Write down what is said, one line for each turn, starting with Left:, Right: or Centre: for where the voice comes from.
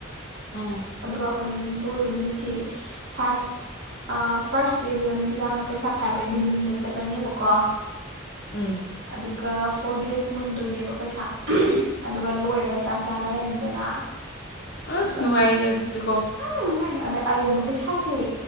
Left: ꯎꯝ
Right: ꯑꯗꯨꯒ ꯑꯩꯈꯣꯏꯁꯤ ꯂꯣꯏꯕ ꯅꯨꯃꯤꯠꯁꯤ ꯐꯥꯏꯚ ꯑꯥ ꯐꯥꯔꯁ ꯇꯦꯗꯅ ꯅꯨꯃꯤꯗꯥꯡꯅ ꯄꯩꯁꯥ ꯈꯥꯏꯕ ꯌꯨꯝ ꯌꯨꯝꯗ ꯆꯠꯂꯅꯦꯕꯀꯣ
Left: ꯎꯝ
Right: ꯑꯗꯨꯒ ꯐꯣꯔ ꯗꯦꯖ ꯃꯨꯟꯗꯣꯏꯅꯦꯕ ꯄꯩꯁꯥ ꯑꯗꯨꯒ ꯂꯣꯏꯔꯒ ꯆꯥꯛ ꯆꯥꯅꯔꯅꯤꯗꯅ
Left: ꯑꯁ
Right: ꯑꯗꯨꯒ
Left: ꯅꯨꯡꯉꯥꯏꯔꯤꯅꯦ ꯑꯗꯨꯗꯤꯀꯣ
Right: ꯌꯥꯝ ꯅꯨꯡꯉꯥꯏ ꯑꯗ ꯑꯔꯦꯝꯕ ꯄꯩꯁꯥꯁꯦ